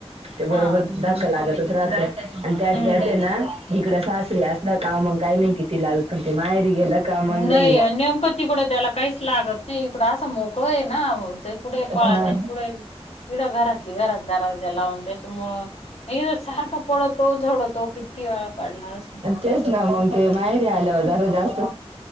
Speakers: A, on the right (about 65°); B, on the left (about 70°).
A: ते
B: हा
A: बरोबर धक्का लागतच राहत. आणि त्यात
B: हम्म
A: ना इकडं सासरी असला का मग काही नाही किती लाव मे माहेरी गेला का
B: नाही
A: मग लई
B: आणि नेमकं तिकडं त्याला काहीच लागतं नाही इकडं असं मोकळं आहे ना कुठे पळात
A: हा
B: आणि कुठे किड घरातली घरात दरवाजा लावून त्याच्यामुळं सारखा पडतो झडवतो किती वेळा पडला असेल.
A: तेच ना मग ते माहेरी आल्यावर जरा जास्त